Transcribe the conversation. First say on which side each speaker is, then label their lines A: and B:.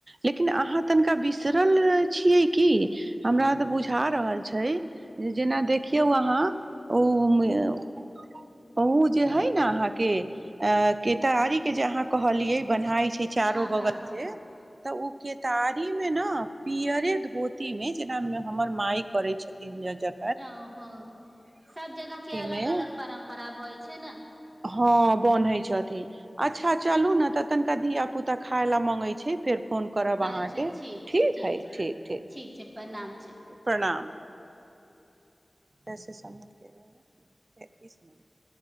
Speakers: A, on the right; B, on the right.
A: लेकिन अहाँ तनिका बिसरल छियै की हमरा तऽ बुझा रहल छै जेना देखियौ अहाँ उं उ जे हय न अहाँ के अ केतारी के जे अहाँ कहलियै बन्हाई छै की चारो
B: हँ
A: बगल
B: हँ हँ
A: से तऽ ओ केतारी मे ने पियरे धोती मे जेना हमर माइ करे छथिन ज
B: ओहो सब जगह के अलग
A: मे
B: अलग परम्परा भइ छै न
A: हँ बन्है छथिन अच्छ आ चलू ने तऽ तनिका धिया पुता खाय लऽ माँगै छै फेर फोन करब आहाँके
B: अच्छा
A: ठीक
B: छै
A: है
B: छै
A: ठीक ठीक
B: छै प्रणाम छै
A: प्रणाम <inaudible>